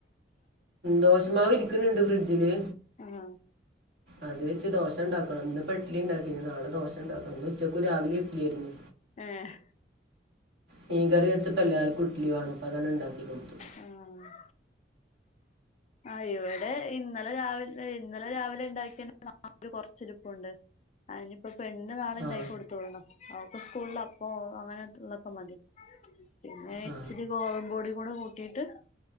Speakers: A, on the right; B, on the left.
A: ദോശമാവിരിക്കുന്നുണ്ട് ഫ്രിഡ്ജില്.
B: ആഹ്
A: അത് വെച്ച് ദോശ ഉണ്ടാക്കണം ഇന്നിപ്പോ ഇഡ്ഡലിയുണ്ടാക്കി ഇനി നാളെ ദോശ ഉണ്ടാക്കണം ഇന്ന് ഉച്ചക്കും രാവിലേം ഇഡ്ഡലി ആയിരുന്നു.
B: ഏഹ്
A: മീൻ കറി വെച്ചപ്പോ എല്ലാർക്കും ഇഡ്ഡലി വേണം അപ്പൊ അതങ്ങട് ഉണ്ടാക്കി കൊടുത്തു.
B: ആഹ് ആഹ് ഇവിടെ ഇന്നലെ രാവില ഇന്നലെ രാവിലെ ഉണ്ടാക്കിയന്റെ മാവ് ഒരു കൊറച്ചിരിപ്പുണ്ട്. ആഹ് ഇയിനിപ്പൊ പെണ്ണിന് നാളെ ഉണ്ടാക്കിക്കൊടുത്തുവിടണം
A: ആ
B: അവക്ക് സ്കൂളിൽ അപ്പോ അങ്ങനെ ഉള്ളൊക്കെ മതി. പിന്നെ
A: ആ
B: ഇച്ചിരി ഗോതമ്പുപൊടി കൂടെ കൂട്ടിയിട്ട്